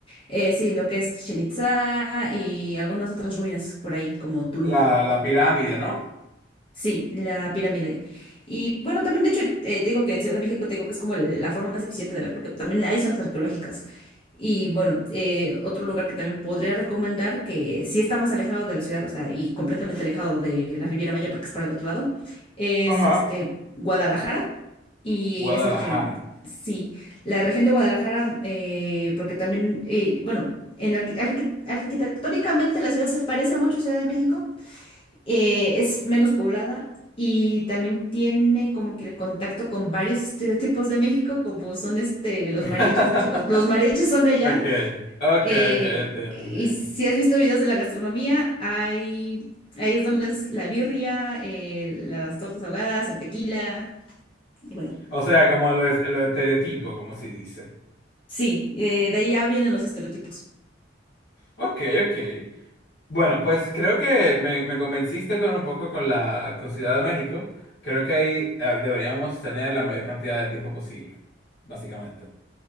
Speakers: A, on the left; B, on the left.
A: eh, sí, lo que es Chichén Itzá y algunas otras ruinas por ahí, como Tulum.
B: La, la pirámide, ¿no?
A: Sí, la pirámide. Y bueno, también, de hecho, eh, te digo que en Ciudad de México te digo que es como la forma más eficiente de ver, porque también hay zonas arqueológicas. Y bueno, eh, otro lugar que también podría recomendar, que sí está más alejado de la ciudad, o sea, y completamente alejado de la Riviera Maya, porque es para el otro lado, es
B: ajá
A: este Guadalajara y
B: Guadalajara.
A: esa región. Sí, la región de Guadalajara, eh, porque también, eh, bueno, en arqui- arqui- arquitectónicamente la ciudad se parece mucho a Ciudad de México eh, es menos poblada y también tiene como que el contacto con varios estereotipos de México, como son este, los
B: <laughs>
A: mariachis, de hecho los, los mariachis son de allá.
B: Okay, okay,
A: eh,
B: okay, entiendo,
A: y
B: entiendo.
A: si has visto videos de la gastronomía, hay, ahí es donde es la birria, eh, las tortas ahogadas, el tequila, y bueno,
B: O sea, como los, los estereotipos, como se dice.
A: sí, eh, de allá vienen los estereotipos.
B: Ok, ok. Bueno, pues creo que me, me convenciste con un poco con la con Ciudad de México. Creo que ahí eh, deberíamos tener la mayor cantidad de tiempo posible, básicamente.